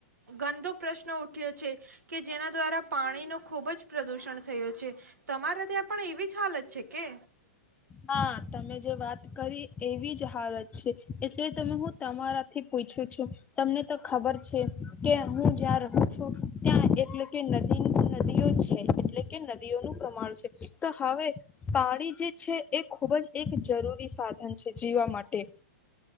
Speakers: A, on the right (about 80°); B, on the left (about 15°).
A: ગંદો પ્રશ્ન ઉઠ્યો છે કે જેના દ્વારા પાણી નો ખૂબ જ પ્રદુષણ થયો છે, તમારા ત્યાં પણ એવી જ હાલત છે કે?
B: હા તમે જે વાત કરી એવી જ હાલત એટલે તમે હું તમારાથી પૂછું છું તમને તો ખબર છે કે હું જ્યાં રહું છું ત્યાં એટલે કે નદી નદીઓ છે એટલે કે નદીઓનું પ્રમાણ છે, તો હવે પાણી જે છે. એ ખૂબ જ એક જરૂરી સાધન છે જીવા માટે.